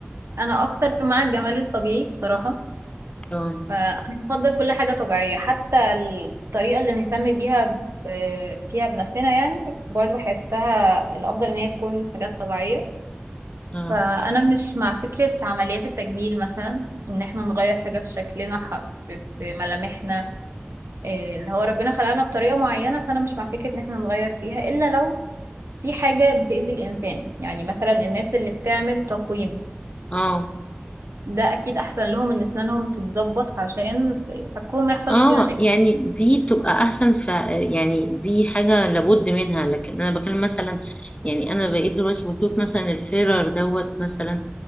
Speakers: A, on the right; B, on the left.
A: انا اكتر مع الجمال الطبيعي بصراحه
B: اه
A: فانا بفضل كل حاجه طبيعيه حتى الطريقه اللي نهتم بيها ب... فيها بنفسنا يعني برضو بحسها الافضل ان هي تكون حاجات طبيعيه
B: اه
A: فانا مش مع فكره عمليات التجميل مثلا ان احنا نغير حاجه في شكلنا ح- في في ملامحنا إيه، اللي هو ربنا خلقنا بطريقه معينه فانا مش مع فكره ان احنا نغير فيها الا لو في حاجة بتأذي الإنسان يعني مثلا الناس اللي بتعمل تقويم
B: اه
A: ده اكيد احسن لهم ان اسنانهم تتظبط عشان فكهم ما يحصلش
B: اه
A: فيه مشاكل
B: يعني دي بتبقى احسن ف يعني دي حاجه لابد منها لكن انا بكلم مثلا يعني انا بقيت دلوقتي بشوف مثلا الفيرر دوت مثلا